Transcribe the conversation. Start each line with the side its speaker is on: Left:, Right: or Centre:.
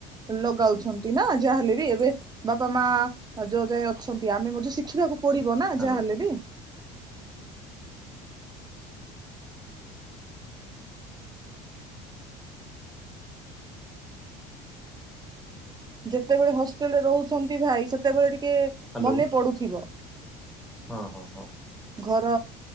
Right: ଲଗାଉଛନ୍ତି ନା ଯାହାହେଲେ। ଏବେ ବାପା ମା ଯୋଉ ଯାଏ ଅଛନ୍ତି ଆମେ ମଧ୍ୟ ଶିଖିବାକୁ ପଡିବ ନା
Centre: ହ୍ୟାଲୋ
Right: ଯାହାହେଲେ ବି। ଯେତେବେଳେ ହଷ୍ଟେଲରେ ରହୁଛନ୍ତି ଭାଇ ସେତେବେଳେ ଟି କେ
Centre: ହ୍ୟାଲୋ
Right: ମନେ ପଡୁଥିବ।
Centre: ହଁ ହଁ ହଁ
Right: ଘର